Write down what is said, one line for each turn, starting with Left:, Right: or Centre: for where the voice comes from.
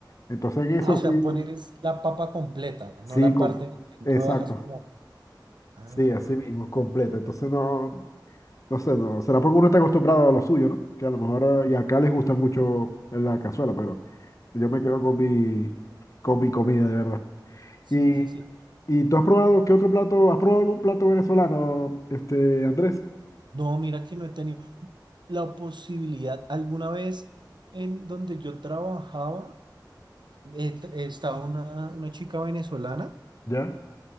Left: Entonces en eso
Right: Ah, o sea,
Left: sí,
Right: poner es la papa completa,
Left: sí,
Right: no la
Left: com-
Right: parte en
Left: exacto,
Right: rodajas como... Ah,
Left: sí, así mismo, completo. Entonces no, no sé, no, será porque uno está acostumbrado a lo suyo, ¿no? Que a lo mejor, eh, y acá les gusta mucho la cazuela, pero yo me quedo con mi, con mi comida, de verdad.
Right: sí,
Left: ¿Y,
Right: sí, sí.
Left: y tú has probado qué otro plato? ¿Has probado algún plato venezolano, este, Andrés?
Right: No, mira que no he tenido la posibilidad. Alguna vez en donde yo trabajaba, eh, t- estaba una, una chica venezolana
Left: ¿Ya?